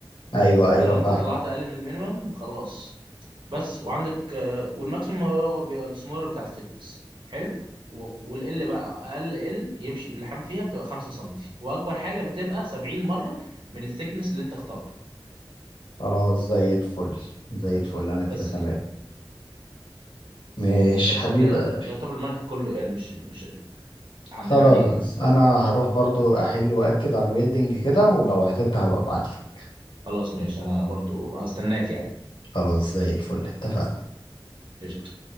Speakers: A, on the left (about 65°); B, on the right (about 65°).
A: ايوه ايوه
B: لو
A: فاهم
B: انت طلعت اقل من المينيمم خلاص بس وعندك آه، والماكسيمم هو بيبقى السمور بتاع الثيكنس حلو و- والال بقى اقل ال يمشي اللحام فيها بتبقى 5 سم واكبر حاجه بتبقى 70 مره من الثيكنس اللي انت اخترته
A: خلاص زي الفل زي الفل انا كده
B: بس
A: تمام
B: كده
A: ماشي
B: بس
A: حبيب
B: هو كده
A: قلبي
B: يعتبر المنهج كله يعني مش مش عدينا
A: خلاص
B: عليه يعني
A: انا هروح برضو احل واكد على الويلدنج كده ولو عزمت هبقى ابعتلك
B: خلاص ماشي انا برضو هستناك يعني
A: خلاص زي الفل اتفقنا
B: قشطة